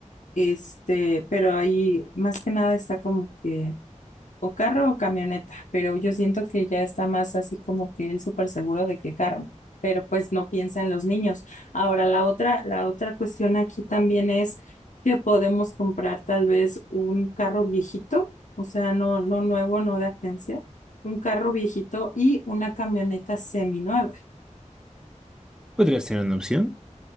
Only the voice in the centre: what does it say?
Podría ser una opción.